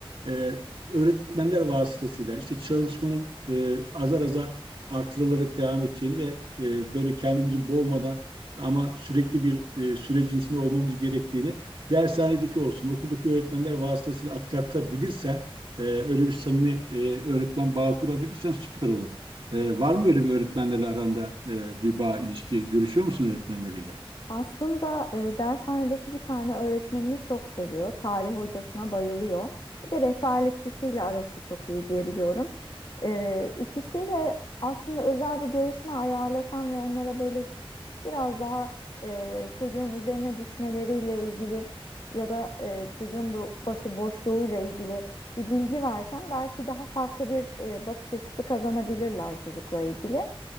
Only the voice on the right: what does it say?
e, öğretmenler vasıtasıyla işte çalışmanın e, azar azar artırılarak devam edeceğini ve e, böyle kendimizi boğmadan ama sürekli bir e, sürecin içinde olmamız gerektiğini Dershanedeki olsun, okuldaki öğretmenler vasıtasıyla aktartabilirsen, e, öyle bir samimi e, öğretmen bağı kurabilirsen süper olur. E, var mı böyle bir öğretmenlerle aranda e, bir bağ, ilişki, görüşüyor musun öğretmenleriyle?